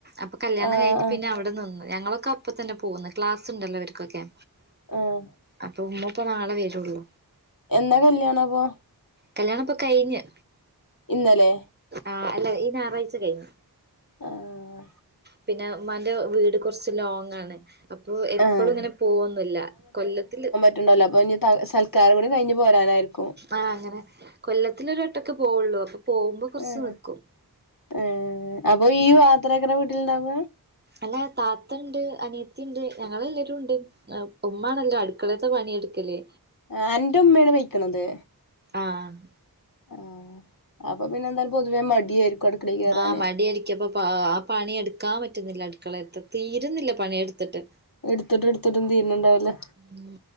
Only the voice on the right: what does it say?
അപ്പൊ കല്യാണം
കഴിഞ്ഞു
പിന്നെ അവിടെ നിന്നു ഞങ്ങളൊക്കെ അപ്പ തന്നെ പോന്ന് ക്ലാസ് ണ്ടല്ലോ വർക്കൊക്കെ
അപ്പൊ മ്മ ഇപ്പ നാളെ വരുള്ളൂ
കല്യാണ പ്പൊ കഴിഞ്
ആഹ് അല്ല ഈ ഞായറാഴ്ച കഴിഞ്ഞു
പിന്നെ മ്മാന്റെ വീട് കുറച്ച് ലോങ് ആണ് അപ്പോ എപ്പോഴും
ഇങ്ങനെ പോകൊന്നില്ല കൊല്ലത്തില്
ആ അങ്ങനെ കൊല്ലത്തി ഒരു വട്ടൊക്കെ പോവുള്ളൂ അപ്പൊ പോകുമ്പോ കുറച്ച്
നിൽക്കും
അല്ല താത്ത ണ്ട് അനിയത്തിണ്ട് ഞങ്ങ എല്ലാവരും ഉണ്ട് അപ്പൊ മ്മാണല്ലോ അടുക്കളത്തെ പണിയെടുക്കലേ
ആഹ്
ആ മടിയടിക്കപ്പ ആ പണിയെടുക്കാൻ പറ്റുന്നില്ല അടുക്കളത്ത് തീരുന്നില്ല പണിയെടു- ത്തെട്ട്
ഉം